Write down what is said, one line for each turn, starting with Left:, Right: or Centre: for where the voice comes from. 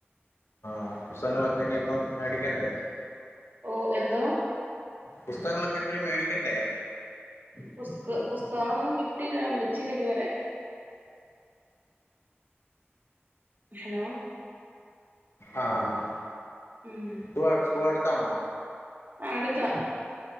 Left: ആഹ് പുസ്തങ്ങളൊക്കെ ഇനി ഇപ്പം മേടിക്കണ്ടേ
Right: ഓ എന്തോ
Left: പുസ്തകങ്ങളൊക്കെ എപ്പിനും മേടിക്കണ്ടേ
Right: പുസ്ത പുസ്തകങ്ങളൊന്നും കിട്ടിയില്ല വിളിച്ചില്ല ഇതുവരെ ഹലോ
Left: ആഹ് ആഹ് ആഹ്
Right: ഉം
Left: സ്കൂൾ സ്കൂൾ അടുത്താണോ
Right: ആഹ് അടുത്താ